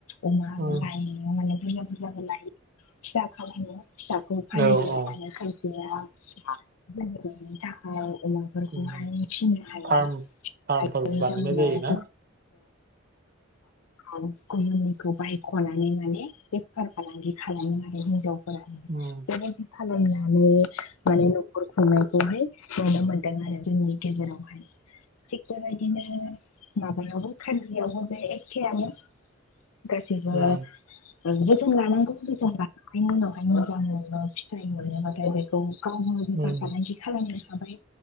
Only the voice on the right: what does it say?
औ
औ औ
उम
फार्म फार्मफोरबो
बानायनाय
जायोना
उम।
उम
उम